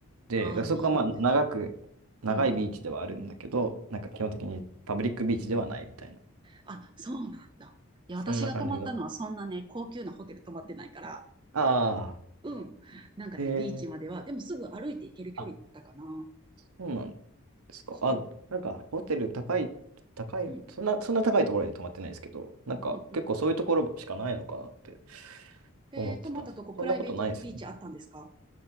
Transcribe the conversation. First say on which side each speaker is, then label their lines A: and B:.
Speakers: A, on the right; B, on the right.
A: で、
B: ああ、
A: だからそこがまあ、
B: にいる
A: 長く、長いビーチではあるんだけど、
B: うんうん。
A: なんか基本的にパブリックビーチではないみたいな、
B: あ、そうなんだ。いや、
A: そんな感じだ。
B: 私が泊まったのはそんなね、高級なホテル泊まってないから、
A: ああ、
B: うん。なんかね、
A: ええ
B: ビーチまでは、でもすぐ歩いて行ける距離だったかな。
A: あ、そうなんだ。ですか。
B: そ
A: あ、なんか、ホテル高い、高い、
B: う。うん。
A: そんな、そんな高いところに泊まってないですけど、なんか、
B: うんうん。
A: 結構そういうところしかないのかなって
B: えー、
A: 思ってたんです。
B: 泊まったとこプライベートビーチあったんですか
A: そんなことないですね。